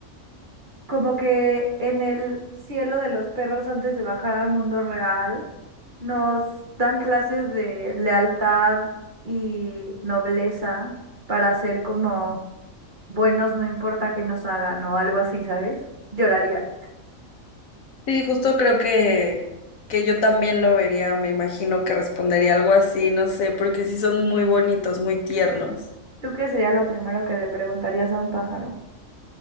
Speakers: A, on the right; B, on the left.
A: como que en el cielo de los perros antes de bajar al mundo real, nos dan clases de lealtad y nobleza para ser como buenos, no importa qué nos hagan o algo así, ¿sabes? Lloraría.
B: Sí, justo creo que, que yo también lo vería, me imagino que respondería algo así, no sé, porque sí son muy bonitos, muy tiernos.
A: ¿Tú qué sería lo primero que le preguntarías a un pájaro?